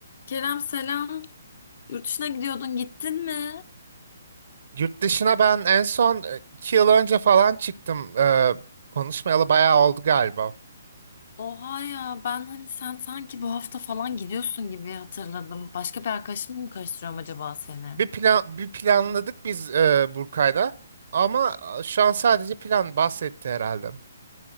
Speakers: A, on the left (about 55°); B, on the right (about 60°).
A: Kerem selam. Yurt dışına gidiyordun, gittin mi?
B: Yurt dışına ben en son e, iki yıl önce falan çıktım. E, konuşmayalı bayağı oldu galiba.
A: Oha ya ben hani sen sanki bu hafta falan gidiyorsun gibi hatırladım. Başka bir arkadaşımla mı karıştırıyorum acaba seni?
B: Bir plan bir planladık biz e, Burkay'la. Ama e, şu an sadece plan bahsetti herhalde.